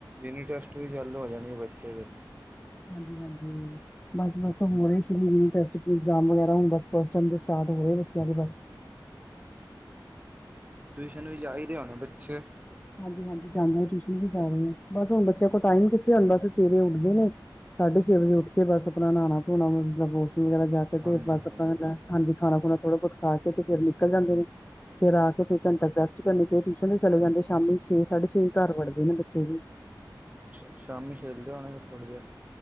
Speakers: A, on the right; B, on the left.
A: ਯਾਨੀ ਟੈਸਟ ਵੀ ਚਾਲੂ ਹੋ ਜਾਣੇਗੇ ਬੱਚੇ ਦੇ,
B: ਹਾਂਜੀ, ਹਾਂਜੀ, <unintelligible>
A: ਟਿਊਸ਼ਨ ਵੀ ਜਾ ਰਹੇ ਹੋਣੇ, ਬੱਚੇ?
B: ਹਾਂਜੀ-ਹਾਂਜੀ, ਜਾਂਨੇ ਆ, ਟਿਊਸ਼ਨ ਵੀ ਜਾ ਰਹੇ ਨੇ, ਬੱਸ ਹੁਣ ਬੱਚਿਆਂ ਕੋਲ ਟਾਇਮ ਕਿੱਥੇ ਹੁੰਦਾ, ਬੱਸ ਸਵੇਰੇ ਉੱਠਦੇ ਨੇ ਸਾਢੇ-ਛੇ ਵਜੇ ਉੱਠਕੇ ਬੱਸ ਆਪਣਾ ਨਹਾਣਾ-ਧੋਣਾ ਵਾਸ਼ਰੂਮ ਵਗੈਰਾ ਜਾਕੇ ਤੇ,
A: ਹਾਂਜੀ
B: ਬੱਸ ਆਪਣਾ
A: ਹਾਂਜੀ
B: ਲੈ ਹਾਂਜੀ, ਖਾਣਾ-ਖੁਣਾ, ਥੋੜਾ ਬਹੁਤ ਖਾਕੇ ਤੇ ਫਿਰ ਨਿਕਲ ਜਾਂਦੇ ਨੇ। ਫਿਰ ਆਕੇ, ਕੋਈ ਘੰਟਾ ਕ ਰੈਸਟ ਕਰਨੀ, ਫਿਰ ਟਿਊਸ਼ਨ ਤੇ ਚਲੇ ਜਾਂਦੇ। ਸ਼ਾਮੀ ਛੇ, ਸਾਢੇ ਛੇ ਘਰ ਵੜਦੇ ਨੇ ਬੱਚੇ ਵੀ।
A: ਅੱਛਾ, ਸ਼ਾਮੀ ਖੇਡਦੇ ਹੋਣੈ, ਥੋੜ੍ਹੀ ਦੇਰ?